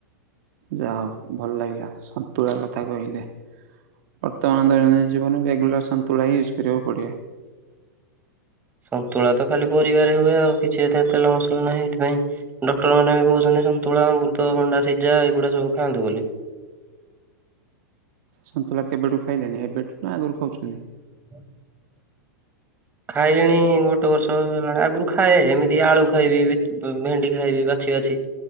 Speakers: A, on the right (about 55°); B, on the right (about 20°).
A: ଯା ହଉ ଭଲ ଲାଗିଲା ସନ୍ତୁଳା କଥା କହିଲେ। ବର୍ତ୍ତମାନ ଦୈନନ୍ଦିନ ଜୀବନରେ ରେଗୁଲାର୍ ସନ୍ତୁଳା ହିଁ ୟୁଜ୍ କରିବାକୁ ପଡିବ।
B: ସନ୍ତୁଳା ତ ଖାଲି ପରିବାରେ ହୁଏ ଆଉ କିଛି ଏତେ ତେଲ ମସଲା ନାହିଁ। ସେଥିପାଇଁ ଡକ୍ଟର୍ ମାନେ ବି କହୁଛନ୍ତି ସନ୍ତୁଳା ଅମୃତଭଣ୍ଡା ସିଜା ଏଗୁଡା ସବୁ ଖାଆନ୍ତୁ ବୋଲି।
A: ସନ୍ତୁଳା କେବେଠୁ ଖାଇଲେଣି? ଏବେଠୁ ନା ଆଗରୁ ଖାଉଛନ୍ତି?
B: <unintelligible> ଖାଇଲିଣି ଗୋଟେ ବର୍ଷ ହେଲାଣି, ଆଗରୁ ଖାଏ ଏମିତି ଆଳୁ ଖାଇବି ବିଟ୍ ବ-ଭେଣ୍ଡି ଖାଇବି ବାଛି ବାଛି।